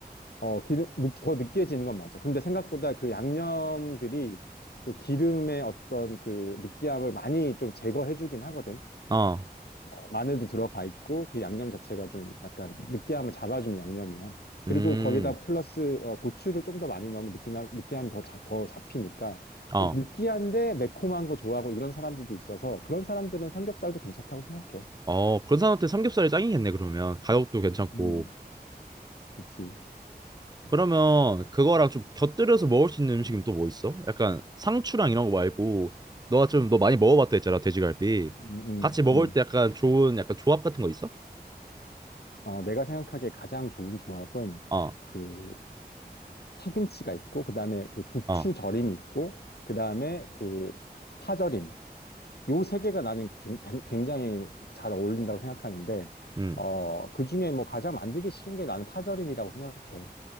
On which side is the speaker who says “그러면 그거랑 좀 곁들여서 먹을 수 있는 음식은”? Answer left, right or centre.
Right